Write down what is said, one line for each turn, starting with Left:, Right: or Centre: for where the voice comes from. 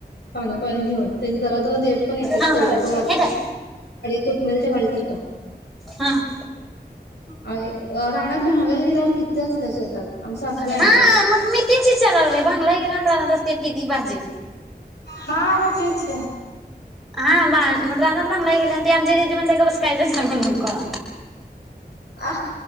Left: पा पा घेऊ पणव
Centre: हा हे धर
Left: कोतमेरच्या वाडी सारखा
Centre: हम
Left: अ राहण्यात बांगरलेला गेल्यावर किती असतात शेतात आम सासूबाई
Centre: हा
Left: आणतात
Centre: मग मी तीच विचारले भांगला गेला आणिडला असते ती ती भाजी
Left: हा म तेठीच
Centre: हा रानात बांगलाय गेली आणि त आमची दिदी म्हण ते का बसकायचं सांगून नको
Left: अ